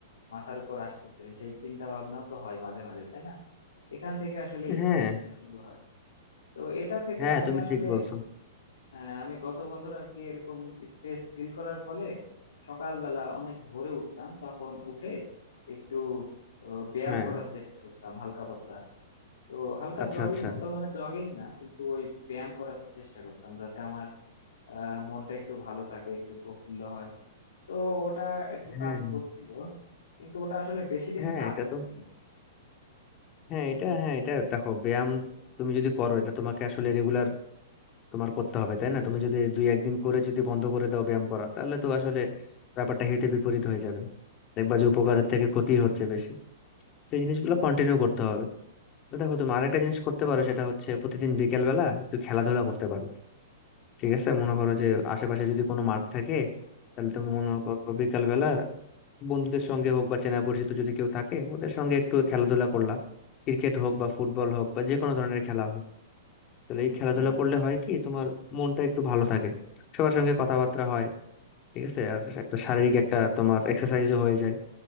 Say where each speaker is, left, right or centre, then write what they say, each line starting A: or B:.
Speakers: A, on the left; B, on the left.
A: মাথার উপর আসতেছে সেই চিন্তা ভাবনাও তো হয় মাঝে মাঝে তাই না এখান থেকে আসলে
B: হ্যাঁ
A: স্ট্রেসটা শুরু হয় তো এটা থেকে
B: হ্যাঁ
A: আমি
B: তুমি
A: আসলে
B: ঠিক বলছো
A: হ্যাঁ আমি গত বছর আর কি এরকম স্ট্রেস ফিল করার ফলে সকালবেলা অনেক ভোরে উঠতাম তখন উঠে একটু আহ, ব্যায়াম
B: হ্যাঁ
A: করার চেষ্টা করতাম হালকা পাতলা তো হালকা
B: আচ্ছা
A: জগিং
B: আচ্ছা
A: মতো মানে জগিং না কিন্তু ওই ব্যায়াম করার চেষ্টা করতাম যাতে আমার আহ মনটা একটু ভালো থাকে একটু প্রফুল্ল হয় তো ওটা একটু
B: হ্যাঁ
A: কাজ করছিল কিন্তু ওটা আসলে বেশি দিন
B: হ্যাঁ
A: কাজ
B: এটা
A: করেনি
B: তো হ্যাঁ এটা হ্যাঁ এটা দেখো ব্যায়াম তুমি যদি করো এটা তোমাকে আসলে রেগুলার তোমার করতে হবে তাই না তুমি যদি দুই একদিন করে যদি বন্ধ করে দাও ব্যায়াম করা তাহলে তো আসলে ব্যাপারটা হিতে বিপরীত হয়ে যাবে দেখবা যে উপকারের থেকে ক্ষতি হচ্ছে বেশি তো এই জিনিসগুলো কন্টিনিউ করতে হবে তো দেখো তুমি আরেকটা জিনিস করতে পারো সেটা হচ্ছে প্রতিদিন বিকেল বেলা একটু খেলাধুলা করতে পারো ঠিক আছে মনে করো যে আশেপাশে
A: হ্যাঁ
B: যদি কোনো মাঠ থাকে তাহলে তুমি মনে করো বিকেল বেলা বন্ধুদের সঙ্গে হোক বা চেনা পরিচিত যদি কেউ থাকে ওদের সঙ্গে একটু খেলাধুলা করলা ক্রিকেট হোক বা ফুটবল হোক বা যে কোনো ধরনের খেলা হোক তাহলে এই
A: বুঝতে
B: খেলাধুলা
A: পারছি
B: করলে হয় কি তোমার মনটা একটু ভালো থাকে সবার সঙ্গে কথাবার্তা হয় ঠিক আছে আর একটা শারীরিক একটা তোমার এক্সারসাইজও হয়ে যায়